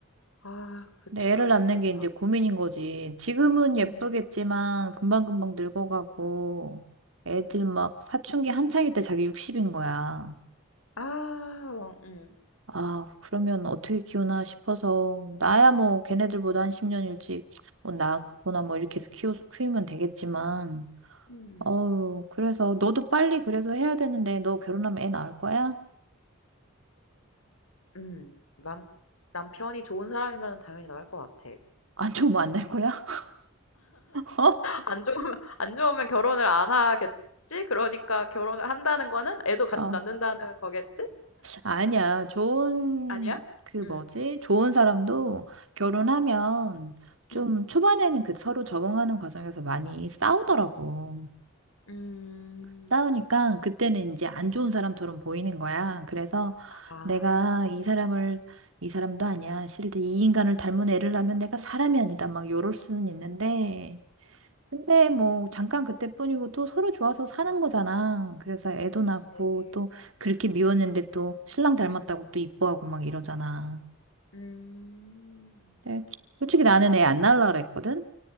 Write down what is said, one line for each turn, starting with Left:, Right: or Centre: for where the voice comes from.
Left: 아 그치.
Right: 근데
Left: 그럴
Right: 애를 낳는
Left: 수 있겠다.
Right: 게 이제 고민인 거지. 지금은 예쁘겠지만,
Left: 음.
Right: 금방금방 늙어가고, 애들 막 사춘기 한창일 때 자기 60인 거야.
Left: 아 어 음.
Right: 아, 그러면 어떻게 키우나 싶어서, 나야 뭐
Left: 음.
Right: 걔네들보다 한 10년 일찍 뭐 낳거나 뭐 이렇게 해서 키우 키우면 되겠지만,
Left: 음.
Right: 어우, 그래서 너도 빨리 그래서 해야 되는데, 너 결혼하면 애 낳을 거야?
Left: 음. 남 남편이 좋은 사람이면 당연히 나갈 것 같아.
Right: 안 좋으면 안 낳을 거야? <laughs>
Left: 안 좋으면, <laughs> 안 좋으면 결혼을 안 하겠지? 그러니까 결혼을 한다는 거는 애도 같이
Right: 어? 어.
Left: 낳는다는 거겠지?
Right: 아니야. 좋은,
Left: 아니야?
Right: 그 뭐지?
Left: 응.
Right: 좋은 사람도 결혼하면 좀
Left: 음.
Right: 초반에는 그 서로 적응하는 과정에서 많이 싸우더라고.
Left: 음.
Right: 싸우니까 그때는 이제 안 좋은 사람처럼 보이는 거야. 그래서
Left: 아,
Right: 내가 이 사람을 이 사람도 아니야. 싫은데 이 인간을 닮은 애를 낳으면 내가 사람이 아니다. 막 요럴 수는 있는데. 근데 뭐 잠깐 그때뿐이고 또 서로 좋아서 사는
Left: 음.
Right: 거잖아. 그래서 애도
Left: 그치.
Right: 낳고 또 그렇게 미웠는데 또 신랑 닮았다고 또 이뻐하고 막 이러잖아.
Left: 음.
Right: 근데 솔직히 나는 애 안 낳으려고 그랬거든.